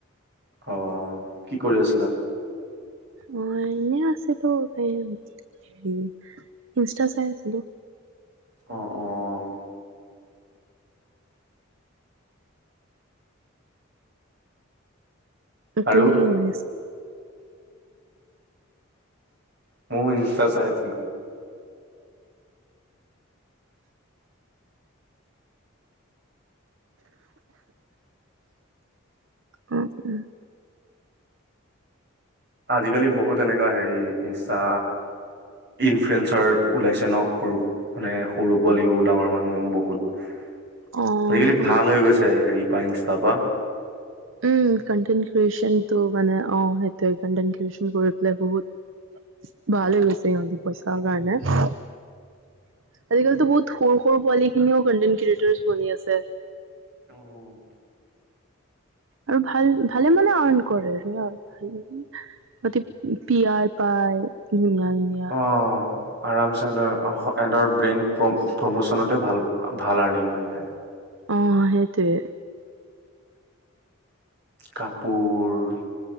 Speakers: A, on the right; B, on the right.
A: অ কি কৰি আছিলা
B: অ এনে আছিলো এই হেৰি ইনষ্টা চাই আছিলো
A: অ', অ', আৰু?
B: তুমি কি কৰি আছা
A: মইও ইনষ্টা চাই আছিলো
B: উম উম
A: আজিকালি বহুত এনেকা হেৰি ইনষ্টা ইনফ্লুৱেনচাৰ ওলাইছে ন সৰু মানে সৰু পোৱালিও ডাঙৰ মানুহ বহুত
B: অ'
A: আজিকালি ভাল হৈ গৈছে হেৰি <unintelligible> তাপা?
B: উম, কণ্টেন ক্ৰিয়েচনটো মানে, অ'! সেইটোৱে কণ্টেন টিউচন কৰি পেলাই বহুত ভালেই হৈছে সিহঁতি, পইচাৰ কাৰনে। আজিকালিটো, বহুত সৰু, সৰু পোৱালি খিনিও কণ্টেণ্ট -ক্ৰিয়েটৰ্চ বনি আছে।
A: উম!
B: আৰু ভাল, ভালে মানে, আৰ্ণ কৰে আৰু হেৰি সিহঁতে টিআৰ পায় ধুনীয়া, ধুনীয়া!
A: অ'। আৰামছে সিহঁতৰ, সিহঁতৰ ব্ৰেইন প্ৰমোচনতে ভাল, ভাল আৰ্নিং হৈ যায়।
B: অ'! সেইটোৱে।
A: কাপোৰ